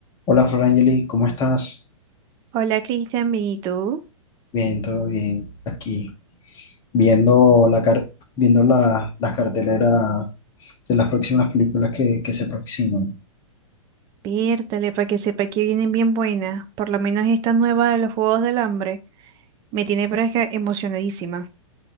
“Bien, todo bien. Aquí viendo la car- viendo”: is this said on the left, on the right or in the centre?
Left